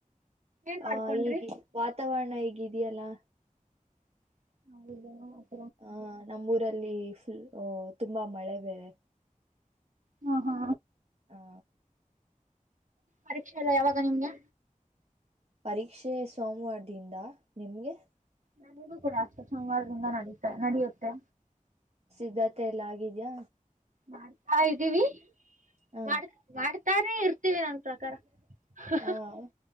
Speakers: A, on the right; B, on the right.
A: ಏನ್
B: ಹ
A: ಮಾಡ್ಕೊಂಡ್ರಿ
B: ಈಗ ವಾತಾವರಣ ಹೇಗಿದೆಯಲ್ಲಾ.
A: ಹೌದಾ
B: ಹಾ ನಮ್ಮೂರಲ್ಲ. ಅಲ್ಲಿ ಫುಲ್ ತುಂಬಾ ಮಳೆ ಬೇರೆ.
A: ಹಾ ಹಾ
B: ಹಾ
A: ಪರೀಕ್ಷೆ ಎಲ್ಲ ಯಾವಾಗ ನಿಮ್ಗೆ.
B: ಪರೀಕ್ಷೆ ಸೋಮವಾರದಿಂದ ನಿಮ್ಗೆ-
A: ನಮ್ದ್ ಕೂಡ ಅಷ್ಟೇ ಸೋಮವಾರದಿಂದ ನಡುತ್ತೆ ನಡೆಯುತ್ತೆ.
B: ಸಿದ್ಧತೆ ಎಲ್ಲ ಆಗಿದ್ಯಾ
A: ಮಾಡ್ತಾ ಇದ್ದೀವಿ.
B: ಹ
A: ಮಾಡ್ ಮಾಡ್ ತಾನೇ ಇರ್ ರ ಸಿ ಬಿ ನನ್ ಪ್ರಕಾರ ಹಾ
B: ಹ